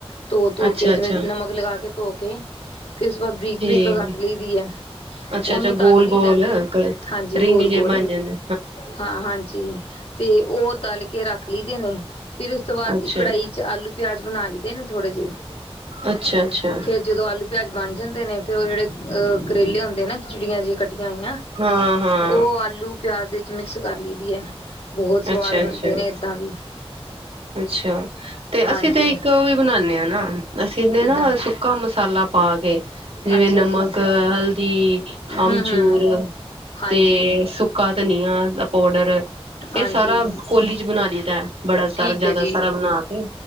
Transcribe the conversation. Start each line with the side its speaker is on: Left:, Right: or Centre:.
Left: ਧੋ- ਧੋ
Right: ਅੱਛਾ-ਅੱਛਾ
Left: ਕੇ ਜਿਵੇਂ ਨਮਕ ਲਗਾ ਕੇ ਧੋ ਕੇ ਫਿਰ ਉਸ ਤੋਂ ਬਾਅਦ ਬਰੀਕ-
Right: ਠੀਕ
Left: ਬਰੀਕ ਕੱਟ ਲਈ ਦੀ ਹੈ।
Right: ਅੱਛਾ-ਅੱਛਾ
Left: ਉਹਨੂੰ
Right: ਗੋਲ-ਗੋਲ
Left: ਤਲ ਲਈਦਾ ਹਾਂਜੀ
Right: ਰਿੰਗ
Left: ਗੋਲ -ਗੋਲ
Right: ਜੇ ਬਣ ਜਾਂਦੇ
Left: ਹਾਂ ਹਾਂਜੀ ਤੇ ਉਹ ਤਲ ਕੇ ਰੱਖ ਲਈਦੇ ਨੇ ਫਿਰ ਉਸ ਤੋਂ ਬਾਅਦ
Right: ਅੱਛਾ।
Left: ਕੜਾਹੀ ਚ ਆਲੂ ਪਿਆਜ ਬਣਾ ਲਦੇ ਨੇ, ਥੋੜੇ ਜਿਹੇ
Right: ਅੱਛਾ-ਅੱਛਾ,
Left: ਫਿਰ ਜਦੋਂ ਆਲੂ ਪਿਆਜ਼ ਬਣ ਜਾਂਦੇ ਨੇ ਫਿਰ ਉਹ ਜਿਹੜੇ ਕਰੇਲੇ ਹੁੰਦੇ ਨਾ ਖਿਚੜੀਆਂ ਜਿਹੀਆਂ ਕੱਟੀਆਂ ਹੋਈਆਂ
Right: ਹਾਂ-ਹਾਂ,
Left: ਉਹ ਆਲੂ, ਪਿਆਜ ਵਿੱਚ ਮਿਕਸ ਕਰ ਲਈ ਦੀ ਹੈ ਬਹੁਤ ਸਵਾਦ
Right: ਅੱਛਾ-ਅੱਛਾ,
Left: ਬਣਦੇ
Right: ਅੱਛਾ।
Left: ਨੇ ਇੱਦਾਂ ਵੀ
Right: ਅੱਛਾ ਤੇ
Left: ਹਾਂਜੀ
Right: ਅਸੀਂ ਤੇ ਇੱਕ ਉਹ ਵੀ ਬਣਾਉਦੇ ਹਾਂ ਨਾ ਅਸੀਂ ਨਾ
Left: ਕਿੱਦਾਂ
Right: ਕੰਮ ਮਸਾਲਾ ਪਾ ਕੇ, ਜਿਵੇਂ
Left: ਅੱਛਾ
Right: ਨਮਕ,
Left: ਜੀ
Right: ਹਲਦੀ, ਅਮਚੂਰ
Left: ਹਮ ਹਮ ਹਾਂਜੀ
Right: ਤੇ ਸੁ ਸੁੱਕਾ ਧਨੀਆ ਪਾਊਡਰ
Left: ਹਾਂਜੀ
Right: ਇਹ ਸਾਰਾ ਕੋਲੀ ਚ ਬਣਾ ਲਈ ਦਾ ਬੜਾ
Left: ਠੀਕ
Right: ਜਿਆਦਾ
Left: ਹੈ ਜੀ
Right: ਸਾਰਾ ਬਣਾ ਕੇ